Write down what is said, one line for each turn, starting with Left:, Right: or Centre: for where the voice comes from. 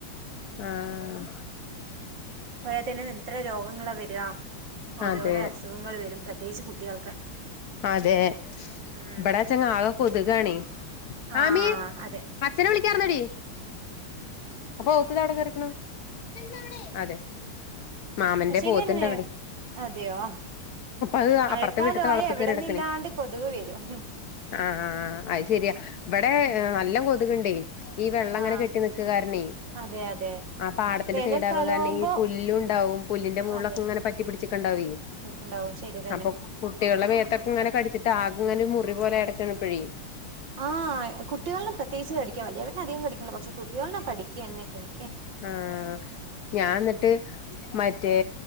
Left: ആഹ്
Right: പഴയത്ത് തന്നെ എത്ര രോഗങ്ങളാ വര്കാ ഓരോരോ
Left: അതെ
Right: അസുഖങ്ങൾ വരും. പ്രത്യേകിച്ച് കുട്ടികൾക്ക്
Left: അതെ
Right: ഉം
Left: ബ്ടാ ചങ്ങാകെ കൊതുകാണേ
Right: ആഹ്
Left: ആമീ
Right: അതെ
Left: പച്ചനൊളിക്ക് <unintelligible> ടി അപ്പൊ ഓത്ത് തെവിടെ കേറീക്കണ് <unintelligible> അതെ മാമന്റെ
Right: മ് ശരിന്നെ
Left: പോത്ത്ണ്ട് അവിടെ
Right: അതെയോ
Left: അത്
Right: മഴക്കാലമായ
Left: അപ്പറത്തെ വീട്ടത്തെ വളപ്പക്ക
Right: എവിടെന്നില്ലാണ്ട്
Left: കിടക്കണ്
Right: കൊതുക് വരും
Left: ആ അ അ അത് ശരിയാ ഇവിടെ
Right: ഉം
Left: നല്ല കു കൊതുകുണ്ടേ ഈ വെള്ളം
Right: ആഹ്
Left: ഇങ്ങനെ കെട്ടി നിക്ക്കാരണേ
Right: അതെ അതെ
Left: ആ പാടത്തിന്റെ
Right: വേനൽക്കാലാവുമ്പോ
Left: സൈഡ് ആകു കാരണം ഈ പുല്ല് ഉണ്ടാവും പുല്ലിന്റെ മുകളിലൊക്കെ
Right: അതെ
Left: ഇങ്ങനെ പറ്റി പിടിച്ചിക്കെണ്ടാവെ
Right: നിക്കുണ്ടാവും ശരി തന്നെ
Left: അപ്പൊ കുട്ടികളുടെ മേത്തൊക്കെ ഇങ്ങനെ കടിച്ചിട്ട് ആക് ഇങ്ങനെ മുറി പോലെ ഇടക്ക് പിഴിയു
Right: ആഹ് കുട്ടികളിനെ പ്രത്യേകിച്ച് കടിക്ക വലിയവരിനെ അധികം കടിക്കല്ല പക്ഷെ കുട്ടികളിനെ കടിക്ക ന്നെ കടി
Left: ആ ഞാൻ ന്നിട്ട് മറ്റേ